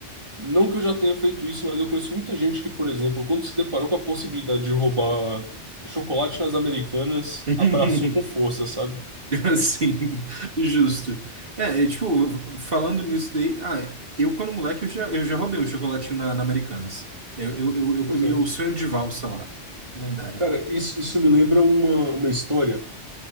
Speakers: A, on the right; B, on the right.
A: não que eu já tenha feito isso, mas eu conheço muita gente que, por exemplo, quando se deparou com a possibilidade de roubar chocolate nas Americanas,
B: <laughs>
A: abraçou com força, sabe?
B: Assim, justo. É, é, tipo, falando nisso daí, ah, eu quando moleque eu já, eu já roubei um chocolatinho na, na Americanas. Eu, eu, eu, eu
A: Pois
B: comi
A: é.
B: o sonho de valsa lá, lendário.
A: Cara, isso, isso me lembra uma, uma história.